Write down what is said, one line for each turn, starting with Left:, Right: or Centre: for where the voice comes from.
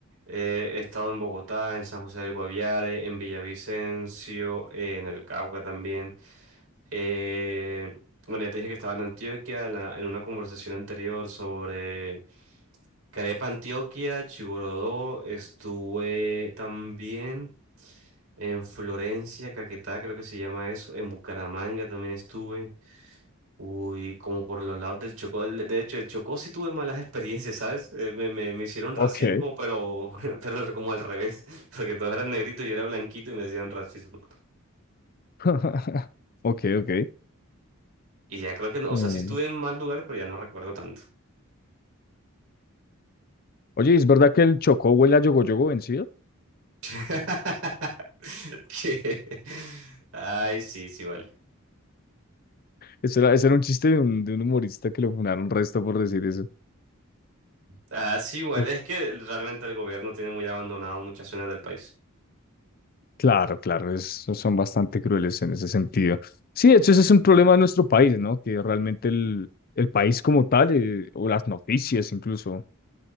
Right: Eh, he estado en Bogotá, en San José del Guaviare, en Villavicencio, eh, en el Cauca también. Eh, bueno, ya te dije que estaba en Antioquia la- en una conversación anterior sobre Carepa Antioquia, Chigorodó, estuve también en Florencia, Caquetá, creo que se llama eso, en Bucaramanga también estuve. Uy, como por los lados del Chocó, de de hecho, el Chocó sí tuve malas <laughs> experiencias, ¿sabes? Eh, me, me- me hicieron
Left: Ok.
Right: racismo, pero, <laughs> pero como al revés, <laughs> porque todos eran negritos y yo era blanquito y me hacían racismo.
Left: <laughs> Ok, ok.
Right: Y ya creo que no, o
Left: Em,
Right: sea, sí estuve en más lugares, pero ya no recuerdo tanto.
Left: oye, ¿es verdad que el Chocó huele a yogoyogo vencido?
Right: <laughs> ¿Qué? Ay, sí, sí, vale.
Left: Eso era, eso era un chiste de un, de un humorista que lo funaron resto por decir eso.
Right: Ah, sí, güey,
Left: O-
Right: es que realmente el gobierno tiene muy abandonado muchas zonas del país.
Left: Claro, claro, es- son bastante crueles en ese sentido. Sí, de hecho, ese es un problema de nuestro país, ¿no? Que realmente el, el país como tal, eh, o las noticias incluso,